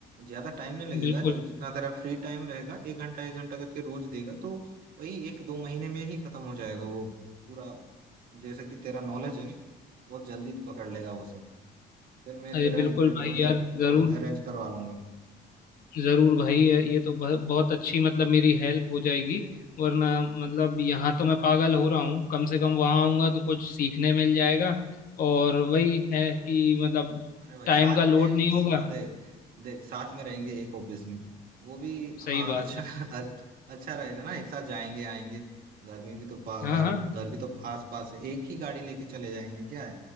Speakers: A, on the right; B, on the left.
A: ज्यादा टाइम नहीं लगेगा
B: बिल्कुल
A: जो जितना तेरा फ्री टाइम रहेगा एक घंटा एक घंटा करके रोज देगा तो वही एक दो महीने में ही खत्म हो जाएगा वो पूरा जैसे कि तेरा नॉलेज है ना बहुत जल्दी तू पकड़ लेगा वो सब फिर मैं
B: अरे
A: तेरा
B: बिल्कुल
A: इंटरव्यू
B: भाई यार
A: हाँ
B: जरूर
A: अरेंज करवा लूंगा
B: जरूर भाई ये ये तो बह, बहुत अच्छी मतलब मेरी हेल्प हो जाएगी वरना मतलब यहाँ तो मैं पागल हो रहा हूँ कम से कम वहाँ आऊँगा तो कुछ सीखने मिल जाएगा और वही है कि मतलब
A: अरे भाई
B: टाइम
A: साथ
B: का लोड
A: में
B: नहीं होगा
A: हाँ, देख देख साथ में रहेंगे एक ऑफिस में वो भी हाँ
B: सही बात
A: अच्छा
B: है
A: <laughs> अच्छा रहेगा ना एक साथ जाएंगे आएंगे घर में भी तो पा,
B: हाँ
A: घर
B: हाँ
A: घर भी तो आस पास है एक ही गाड़ी लेके चले जाएंगे क्या है